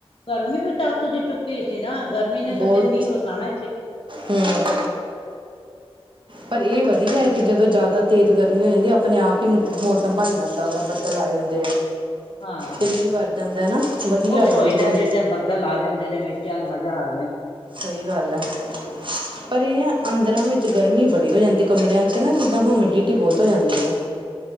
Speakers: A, on the left; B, on the right.
A: ਗਮੀ ਵੀ ਤੱਤ ਦੀ ਚੁੱਕੀ ਸੀ ਨਾ ਗਰਮੀ ਨੇ
B: ਬਹੁਤ
A: ਤਾਂ ਫੇਿਰ ਮੀਂਹ ਵਸਾਉਣਾ
B: ਹਮ ਪਰ ਇਹ ਵਧੀਆ ਹੈ ਕਿ ਜਦੋਂ ਜ਼ਿਆਦਾ ਤੇਜ਼ ਗਰਮੀ ਹੋ ਜਾਂਦੀ ਆਪਣੇ ਆਪ ਹੀ ਮੌਸਮ ਬਣ ਜਾਂਦਾ ਵਾ ਬੱਦਲ ਆ ਜਾਂਦੇ
A: ਹਾਂ
B: ਤੇ ਮੀਂਹ ਵਰ ਜਾਂਦਾ ਹੈ ਨਾ ਵਧੀਆ
A: ਖੁਸ਼
B: ਵਾ
A: ਹੋ
B: ਇਹ
A: ਜਾਂਦਾ
B: ਚੀਜ਼
A: ਜਿਸ ਦਿਨ ਬੱਦਲ ਆ ਜਾਂਦੇ ਨੇ ਵਿੱਚ ਚੱਲ ਮਜ਼ਾ ਆ <unintelligible>
B: ਸਹੀ ਗੱਲ ਹੈ ਪਰ ਇਹ ਹੈ ਅੰ ਪੰੰਦਰਾਂ ਵਿੱਚ ਗਰਮੀ ਬੜੀ ਹੋ ਜਾਂਦੀ ਕਮਰਿਆਂ ਚ ਨਾ ਜਿੱਦਾਂ ਹਿਮਿਡਿਟੀ ਬਹੁਤ ਹੋ ਜਾਂਦੀ ਹੈ